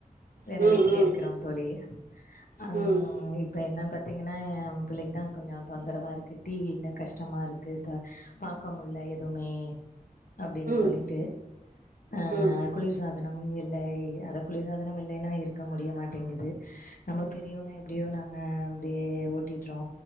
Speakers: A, on the left; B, on the right.
A: வேற
B: ம் ம்
A: வீட்டுல இருக்குறோம் தோழி அங்
B: ம்
A: இப் என்னான் பாத்தீங்கன்னா என் பிள்ளைக்குதான் கொஞ்சம் தொந்தரவா இருக்கு டி வி இல்ல கஷ்டமாருக்கு தா பாக்க முட்ல எதுவுமே அப்டின்
B: ம் ம்
A: சொல்லிட்டு அ
B: ம் ம் ம் ம் ம் ம் ம் ம்
A: குளிர் சாதனமும் இல் டை அத குளிர்சாதனம் இல்லைன்னா இருக்க முடிய மாட்டேங்கிது நம்ம பெரியவங்க எப்டியோனா அ அப்டே ஓட்டிட்றோ